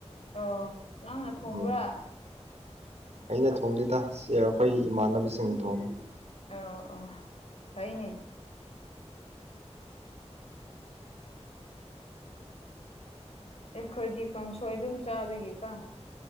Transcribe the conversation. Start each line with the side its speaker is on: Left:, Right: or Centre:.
Left: ꯑꯣ ꯅꯪꯅ ꯊꯣꯡꯕ꯭ꯔꯥ
Right: ꯎꯝ ꯑꯩꯅ ꯊꯣꯡꯗꯦꯗ ꯁ‌ꯦ ꯑꯈꯣꯏ ꯏꯃꯥꯟꯅꯕꯁꯤꯡꯅ ꯊꯣꯡꯉꯤ
Left: ꯑ ꯑꯣ ꯐꯩꯅꯦ ꯑꯩꯈꯣꯏꯗꯤ ꯀꯥꯡꯁꯣꯏ ꯑꯗꯨꯝ ꯆꯥꯕꯒꯤꯀ‌ꯣ